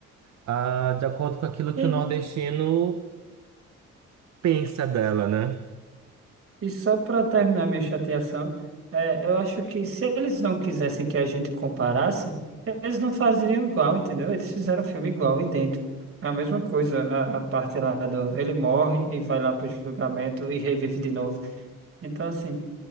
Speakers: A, on the right; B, on the right.
A: ah, de acordo com aquilo
B: E,
A: que o nordestino pensa dela, né?
B: e só para terminar minha chateação, é, eu acho que se eles não quisessem que a gente comparasse, eles não faziam igual, entendeu? Eles fizeram um filme igual, idêntico. É a mesma coisa, a, a parte lá do. Ele morre e vai lá pro julgamento e revive de novo. Então, assim,